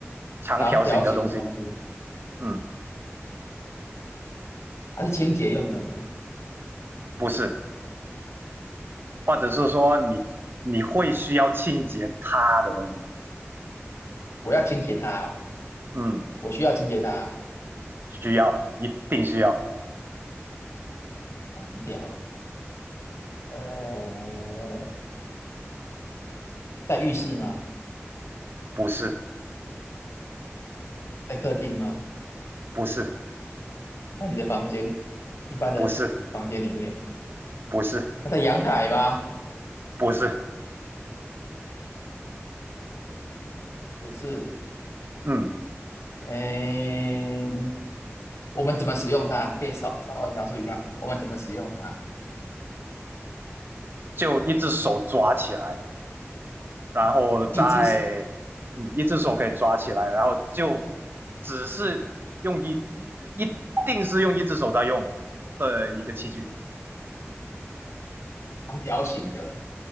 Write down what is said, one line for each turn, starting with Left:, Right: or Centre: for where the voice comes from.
Right: 长条形的东西，
Left: 长条形的东西？
Right: 嗯，
Left: 它是清洁用的吗？
Right: 不是，或者是说你你会需要清洁它的东西，
Left: 我要清洁它哦
Right: 嗯，
Left: 我需要清洁它。
Right: 需要，一定需要，
Left: 长条，呃，在浴室吗？
Right: 不是，
Left: 在客厅吗？
Right: 不是，
Left: 在你的房间，一般的房间里面？
Right: 不是，不是，
Left: 那在阳台吗？
Right: 不是，
Left: 不是。
Right: 嗯，
Left: 嗯，我们怎么使用它？可以稍稍微描述一下我们怎么使用它。
Right: 就一只手抓起来，然后再，
Left: 一只是
Right: 嗯，一只手可以抓起来，然后就只是用一一一定是用一只手在用的一个器具，
Left: 长条形的，